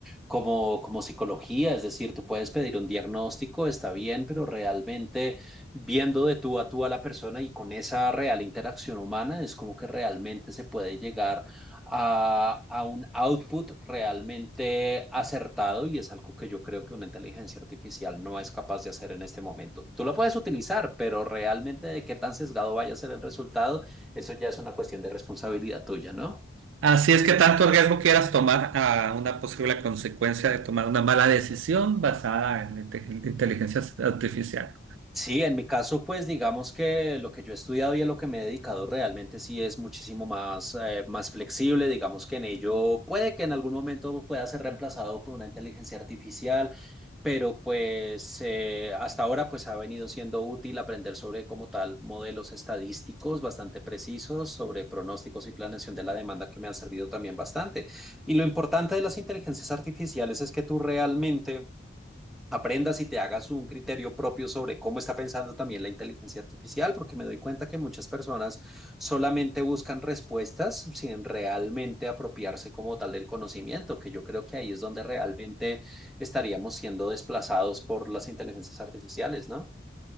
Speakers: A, in the centre; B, on the right (about 85°).
A: como, como psicología, es decir, tú puedes pedir un diagnóstico, está bien, pero realmente viendo de tú a tú a la persona y con esa real interacción humana es como que realmente se puede llegar a, a un output realmente acertado y es algo que yo creo que una inteligencia artificial no es capaz de hacer en este momento. Tú lo puedes utilizar, pero realmente de qué tan sesgado vaya a ser el resultado, eso ya es una cuestión de responsabilidad tuya, ¿no?
B: Así es que tanto riesgo quieras tomar a una posible consecuencia de tomar una mala decisión basada en inte- inteligencia artificial.
A: Sí, en mi caso, pues digamos que lo que yo he estudiado y a lo que me he dedicado realmente sí es muchísimo más, eh, más flexible. Digamos que en ello puede que en algún momento pueda ser reemplazado por una inteligencia artificial, pero pues eh, hasta ahora pues ha venido siendo útil aprender sobre como tal modelos estadísticos bastante precisos, sobre pronósticos y planeación de la demanda que me han servido también bastante. Y lo importante de las inteligencias artificiales es que tú realmente aprendas y te hagas un criterio propio sobre cómo está pensando también la inteligencia artificial, porque me doy cuenta que muchas personas solamente buscan respuestas sin realmente apropiarse como tal del conocimiento, que yo creo que ahí es donde realmente estaríamos siendo desplazados por las inteligencias artificiales, ¿no?